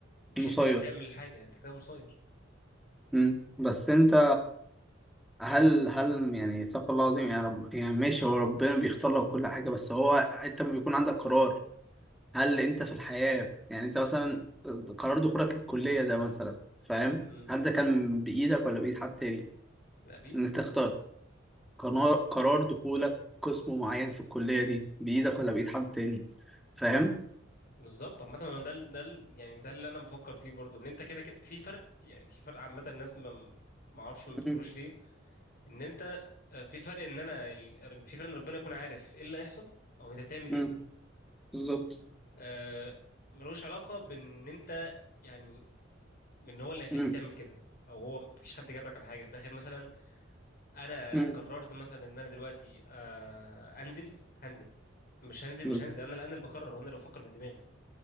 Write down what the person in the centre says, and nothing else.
مسير
امم بس انت هل هل يعني استغفر الله العظيم يعني رب يعني ماشي هو ربنا بيختار لك كل حاجة بس هو انت لما بيكون عندك قرار هل انت في الحياة يعني انت مثلا قرار دخولك الكلية ده مثلا فاهم
هل ده كان بإيدك ولا بإيد حد تاني
ان انت تختار قرار قرار دخولك قسم معين في الكلية دي بإيدك ولا بإيد حد تاني فاهم
مم،
مم،
بالظبط
مم،
مم،
بز-